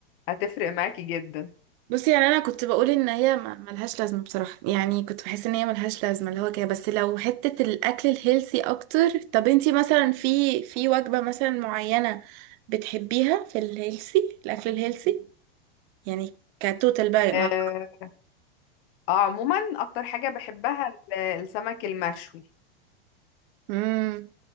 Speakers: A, on the left; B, on the right.
A: هتفرق معاكي جدا
B: بصي يعني انا كنت بقول ان هي ما- ملهاش لازمه بصراحه يعني كنت بحس ان هي ملهاش لازمه اللي هو كده بس لو حته الاكل الهيلثي اكتر طب انتي مثلا في في وجبه مثلا معينه بتحبيها في الهيلثي الاكل الهيلثي يعني كتوتال بقى مع
A: آه آه، عموما اكتر حاجة بحبها ال- السمك المشوي
B: امم